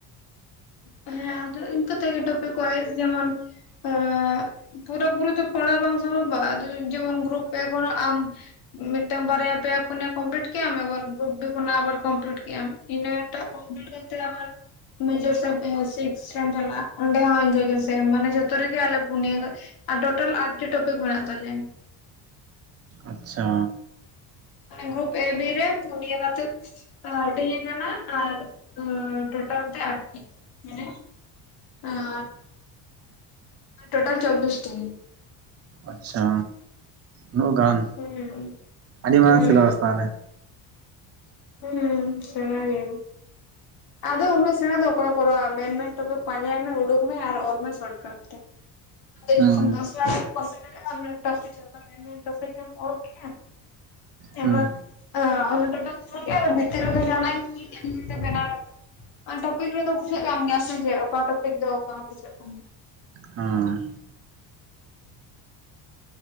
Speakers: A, on the left; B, on the right.
A: ᱦᱮᱸ ᱟᱫᱚ ᱤᱱᱠᱟᱹ ᱛᱮᱜᱮ ᱴᱚᱯᱮᱠ ᱠᱚᱨᱟᱣ ᱦᱳᱭᱳᱜ ᱛᱤᱧᱟ ᱡᱮᱢᱚᱱ ᱟᱻ ᱯᱩᱨᱟᱹ ᱯᱩᱨᱤ ᱛᱚ ᱯᱟᱲᱦᱟᱣ ᱵᱟᱝ ᱥᱚᱢᱵᱷᱚᱵᱼᱟ ᱟᱫᱚ ᱡᱮᱢᱚᱱ ᱜᱨᱩᱯ ᱮᱠᱷᱚᱱᱟᱜ ᱟᱢ ᱢᱤᱫᱴᱟᱝ ᱵᱟᱨᱭᱟ ᱯᱮᱭᱟ ᱯᱩᱱᱭᱟ ᱠᱚᱢᱯᱞᱤᱴ ᱠᱮᱫᱮᱜ-ᱟᱢ ᱟᱵᱟᱨ ᱜᱨᱩᱯ ᱵᱤ ᱠᱷᱚᱱᱟᱜ ᱟᱵᱟᱨ ᱠᱚᱢᱯᱞᱤᱴ ᱠᱮᱫᱮᱜ-ᱟᱢ ᱤᱱᱟᱹ ᱴᱟᱜ ᱠᱚᱢᱯᱞᱤᱴ ᱠᱟᱛᱮ ᱟᱵᱟᱨ ᱢᱮᱡᱡᱚᱨ ᱥᱮ ᱟᱸ ᱥᱤᱠᱥ ᱨᱮᱢ ᱪᱟᱞᱟᱜ-ᱟ ᱚᱸᱰᱮ ᱦᱚᱸ ᱤᱝᱠᱟᱹ ᱜᱮ ᱥᱮᱢ ᱢᱟᱱᱮ ᱡᱚᱛᱚ ᱨᱮ ᱜᱮᱤ ᱟᱞᱮ ᱯᱩᱱᱭᱟ ᱠᱟᱛᱮ ᱟᱨ ᱴᱳᱴᱟᱞ ᱟᱴ ᱴᱤ ᱴᱚᱯᱤᱠ ᱢᱮᱱᱟᱜ ᱛᱟᱞᱮᱭᱟ
B: ᱟᱪᱪᱷᱟ
A: ᱜᱨᱩᱯ ᱮ ᱵᱤ ᱨᱮ ᱯᱩᱱᱤᱭᱟ ᱠᱟᱛᱮ ᱦᱟᱹᱴᱤᱧ ᱟᱠᱟᱱᱟ ᱟᱨ ᱴᱚᱴᱟ ᱛᱮ ᱟᱴᱴᱤ ᱢᱟᱱᱮ ᱦᱸᱟᱨ <unintelligible> ᱴᱳᱴᱟᱞ ᱪᱚᱵᱽᱵᱤᱥ ᱴᱤ
B: ᱟᱪᱪᱷᱟ ᱱᱩᱱᱟᱹᱜ ᱜᱟᱱ
A: ᱦᱩᱸ
B: ᱟᱹᱰᱤ ᱢᱟᱨᱟᱝ
A: ᱦᱩᱸ
B: ᱥᱮᱞᱮᱵᱟᱥ ᱛᱟᱦᱚᱞᱮ
A: ᱦᱩᱸ ᱥᱮᱲᱟ ᱜᱮᱭᱟ ᱟᱫᱚ ᱩᱱᱟᱹᱜ ᱥᱮᱬᱟ ᱫᱚ ᱚᱠᱚᱭᱮ ᱠᱚᱨᱟᱣ-ᱟ ᱢᱮᱱᱼᱢᱮᱱ ᱴᱚᱯᱷᱤᱠ ᱯᱟᱸᱡᱟᱭ ᱢᱮ ᱩᱰᱩᱠ ᱢᱮ ᱟᱨ ᱚᱞ ᱢᱮ ᱥᱚᱴ ᱠᱟᱜ ᱟ
B: ᱦᱩᱸ
A: ᱡᱠᱷ ᱫᱥ ᱯᱚ <inaudible> ᱢᱤᱜ ᱴᱟᱝ ᱴᱚᱯᱤᱠ ᱮᱢ ᱚᱞ ᱠᱮᱜ-ᱟ ᱮᱵᱟᱨ
B: ᱦᱩᱸ
A: ᱚᱱᱟ ᱴᱚᱯᱤᱠ ᱚᱞ ᱠᱮᱜ-ᱟ ᱟᱫᱚ ᱵᱷᱤᱛᱤᱨ ᱨᱮ ᱫᱚ ᱡᱟᱸᱦᱟᱱᱟᱜ ᱤᱧ <inaudible> ᱵᱮᱱᱟᱣ ᱠᱟᱛᱮ ᱴᱚᱯᱤᱠ ᱨᱮᱫᱚ ᱵᱩᱡᱷᱟᱹᱜ ᱠᱟᱱ ᱜᱮᱭᱟ ᱥᱮ ᱡᱮ ᱚᱠᱟ ᱴᱚᱯᱤᱠ ᱫᱚ ᱚᱠᱟ ᱵᱩᱡᱷᱟᱹᱜ ᱠᱟᱱ
B: ᱦᱩᱸ